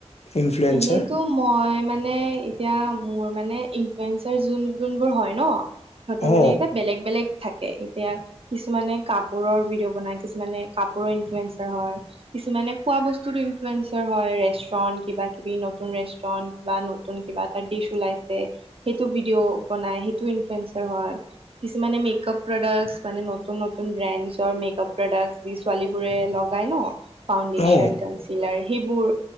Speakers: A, on the left; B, on the right.
A: ইনফ্লুৱেঞ্চাৰ
B: এনেইতো মই মানে এতিয়া মোৰ মানে ইনফ্লুয়েঞ্চৰ যোন- যোনবোৰ হয় ন', সিহতৰ
A: অ
B: মানে এটা বেলেগ -বেলেগ থাকে, এতিয়া কিছুমানে কাপোৰৰ ভিডিঅ' বনাই কিছুমানে কাপোৰৰ ইনফ্লয়েঞ্চাৰ হয় কিছুমানে খোৱা বস্তুদি ইনফ্লুৱেঞ্চৰ হয়, ৰেষ্টুৰেণ্ট কিবা নতুন ৰেষ্টুৰণ্ট বা নতুন কিবা এটা ডিচ ওলাইছে সেইটো ভিডিঅ' বনাই সেইটো ইনফ্লুৱেঞ্জ হয়, কিছুমানে মেকআপ প্ৰডাক্স মানে নতুন নতুন ব্ৰেণ্ডজৰ মেকপ প্ৰডাক্ট ছোৱালীবোৰে লগাই ন' ফাউণ্ডেছন,
A: অ
B: কনঞ্চেলাৰ সেইবোৰ